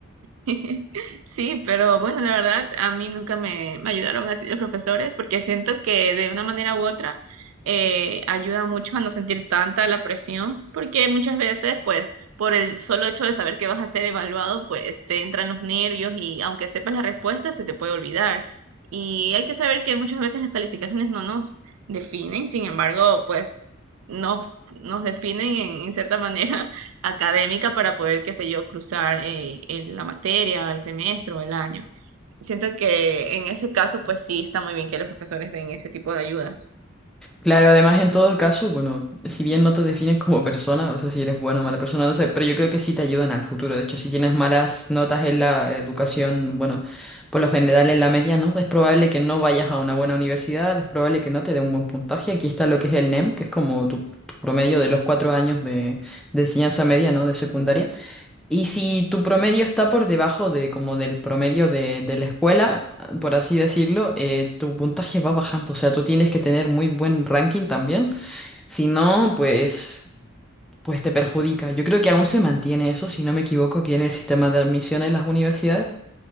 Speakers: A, on the right; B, in the centre.
A: <laughs> Sí, pero bueno, la verdad, a mí nunca me, me ayudaron así los profesores porque siento que de una manera u otra eh, ayuda mucho a no sentir tanta la presión porque muchas veces, pues, por el solo hecho de saber que vas a ser evaluado, pues te entran los nervios y aunque sepas la respuesta, se te puede olvidar. Y hay que saber que muchas veces las calificaciones no nos definen, sin embargo, pues nos, nos definen en en cierta manera académica para poder, qué sé yo, cruzar eh, el- la materia, el semestre o el año. Siento que en ese caso, pues sí, está muy bien que los profesores den ese tipo de ayudas.
B: Claro, además en todo caso, bueno, si bien no te defines como persona, o sea, si eres buena o mala persona, no sé, pero yo creo que sí te ayudan al futuro. De hecho, si tienes malas notas en la educación, bueno, por lo general en la media, ¿no? Es probable que no vayas a una buena universidad, es probable que no te dé un buen puntaje. Aquí está lo que es el NEM, que es como tu, tu promedio de los cuatro años de, de enseñanza media, ¿no? De secundaria. Y si tu promedio está por debajo de como del promedio de, de la escuela, por así decirlo, eh, tu puntaje va bajando. O sea, tú tienes que tener muy buen ranking también. Si no, pues, pues te perjudica. Yo creo que aún se mantiene eso, si no me equivoco, aquí en el sistema de admisión en las universidades.